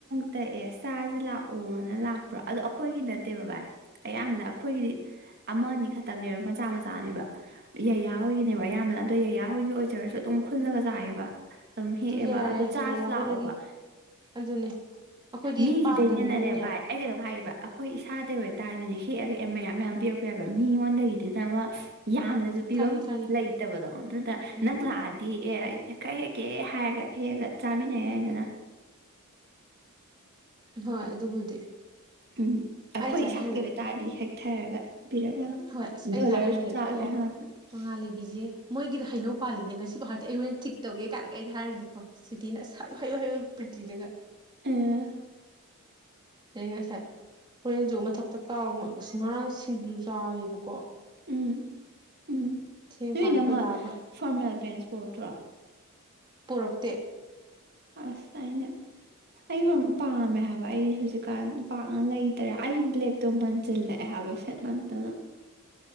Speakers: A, on the right; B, on the right.
A: ꯇꯛꯑꯦ ꯆꯥꯖꯦ ꯂꯥꯛꯑꯣꯅ ꯂꯥꯛꯄ꯭ꯔꯥ ꯑꯗꯣ ꯑꯩꯈꯣꯏꯒꯤ ꯅꯠꯇꯦꯕ ꯚꯥꯏ ꯑꯌꯥꯝꯕꯅ ꯑꯩꯈꯣꯏꯒꯤꯗꯤ ꯑꯃ ꯑꯅꯤ ꯈꯛꯇꯛꯅꯦꯕ ꯃꯆꯥ ꯃꯆꯥꯅꯦꯕ ꯌꯩꯌꯥꯍꯣꯏꯒꯤꯅꯦꯕ ꯑꯌꯥꯝꯕꯅ ꯑꯗꯣ ꯌꯩꯌꯥꯍꯣꯏꯒꯤ ꯑꯣꯏꯖꯔꯁꯨ ꯑꯗꯨꯝ ꯈꯨꯜꯂꯒ ꯆꯥꯏꯌꯦꯕ ꯑꯗꯨꯝ ꯍꯦꯛꯑꯦꯕ
B: ꯌꯥꯔꯦ
A: ꯑꯗꯨ ꯆꯥꯔꯁꯤ
B: ꯌꯥꯌꯥ
A: ꯂꯥꯛꯑꯣꯕ
B: ꯍꯣꯏꯗꯒꯤ ꯑꯗꯨꯅꯦ ꯑꯩꯈꯣꯏꯗꯤ
A: ꯃꯤꯒꯤꯗꯩꯅꯅꯦꯅ
B: ꯄꯥꯟꯗꯕꯅꯤꯅꯅꯦ
A: ꯚꯥꯏ ꯑꯩ ꯀꯩꯅꯣꯝ ꯍꯥꯏꯒꯦꯕ ꯑꯩꯈꯣꯏ ꯏꯁꯥꯗꯩ ꯑꯣꯏꯇꯥꯔꯦꯅꯦ ꯍꯦꯛꯑꯒ ꯑꯦ ꯃꯌꯥꯝ ꯃꯌꯥꯝ ꯄꯤꯔꯛꯄ ꯌꯥꯏꯕ ꯃꯤꯉꯣꯟꯗꯒꯤꯗꯤ ꯅ ꯑꯃ ꯌꯥꯝꯅꯁꯨ ꯄꯤꯕꯝ
B: ꯈꯪꯉꯦ ꯈꯪꯉꯦ
A: ꯂꯩꯇꯕꯗꯣ ꯑꯗꯨꯗ
B: ꯎꯝ
A: ꯅꯪ ꯂꯥꯛꯑꯗꯤ ꯑꯦ ꯈꯔ ꯍꯦꯛꯀꯦ ꯍꯥꯏꯔꯒ ꯍꯦꯛꯒ ꯆꯥꯃꯤꯟꯅ ꯌꯥꯏꯗꯅ
B: ꯍꯣꯏ ꯑꯗꯨꯕꯨꯗꯤ
A: ꯎꯝ ꯑꯩꯈꯣꯏ
B: ꯑꯩ ꯉꯁꯥꯏꯗ
A: ꯏꯁꯥꯀꯤ
B: ꯍꯥꯏꯕꯅꯦ
A: ꯑꯣꯏ ꯇꯥꯔꯗꯤ ꯍꯦꯛꯊꯔꯒ ꯄꯤꯔꯛꯌꯥꯕ
B: ꯍꯣꯏ ꯑꯁ ꯑꯩ
A: ꯗꯣꯂꯔꯁꯨ
B: ꯉꯁꯥꯏꯗ ꯍꯥꯏꯕꯅꯦꯕ
A: ꯆꯥꯒꯦ
B: ꯑꯣ
A: ꯍꯥꯏꯔꯛꯄꯅꯤ
B: ꯃꯉꯥꯜꯂꯩꯕꯤꯁꯦ ꯃꯣꯏꯒꯤꯗ ꯍꯩꯅꯧ ꯄꯥꯜꯂꯤꯅꯦ ꯉꯁꯤ ꯕꯧ ꯍꯥꯏꯔꯛꯇꯦ ꯑꯩ ꯍꯣꯔꯦꯟ ꯊꯤꯛ ꯇꯧꯒꯦ ꯀꯥꯏꯂꯒ ꯑꯩꯗꯤ ꯍꯥꯏꯔꯝꯅꯤꯀꯣ ꯁꯨꯇꯤ ꯅ ꯑꯁ ꯍꯥꯏꯌꯨ ꯍꯥꯏꯌꯨ ꯍꯥꯏꯌꯨ ꯌꯨ ꯄꯔꯤꯇꯤꯗꯒ
A: ꯑꯩꯃꯥ
B: ꯑꯩ ꯉꯁꯥꯏ ꯍꯣꯔꯦꯟꯖꯨ ꯃꯊꯛꯇ ꯀꯥꯎꯃ ꯉꯔꯥꯡ ꯁꯤꯡꯖꯨ ꯆꯥꯋꯦꯕꯀꯣ
A: ꯎꯝ ꯎꯝ
B: ꯊꯦꯡꯀꯥꯟ
A: ꯅꯣꯏ ꯏꯅꯝꯃ
B: ꯑꯩꯈꯣꯏꯗꯥꯒ
A: ꯐꯣꯔꯃꯦꯜ ꯄꯦꯟꯁ ꯄꯣꯔꯛꯇ꯭ꯔꯣ
B: ꯄꯣꯔꯛꯇꯦ
A: ꯑꯁ ꯑꯩꯅ ꯑꯩ ꯄꯥꯝꯃꯦ ꯍꯥꯏꯕ ꯑꯩ ꯍꯧꯖꯤꯛꯀꯥꯟ ꯄꯥꯛꯅ ꯂꯩꯇꯔꯦ ꯑꯩꯒꯤ ꯕ꯭ꯂꯦꯛꯇꯣ ꯃꯟꯖꯤꯜꯂꯛꯑꯦ ꯍꯥꯏꯕ ꯁꯦꯠꯃꯟꯇꯅ